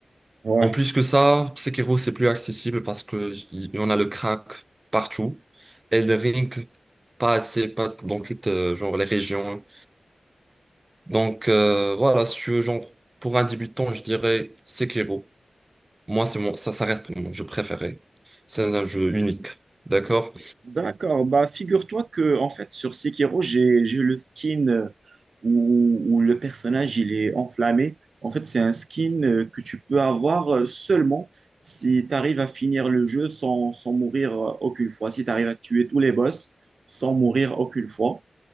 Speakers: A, on the right; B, on the right.
A: Ouais.
B: En plus que ça, Sekiro, c'est plus accessible parce que y y en a le crack partout. Elden Ring, pas assez, pas dans toutes euh, genre, les régions. Donc euh, voilà, si tu veux, genre, pour un débutant, je dirais Sekiro. Moi, c'est mon, ça, ça reste mon jeu préféré. C'est un jeu unique. D'accord?
A: D'accord, bah figure-toi que en fait sur Sekiro, j'ai j'ai le skin euh, où, où le personnage il est enflammé. En fait, c'est un skin euh, que tu peux avoir euh, seulement si tu arrives à finir le jeu sans, sans mourir euh, aucune fois, si tu arrives à tuer tous les boss sans mourir aucune fois.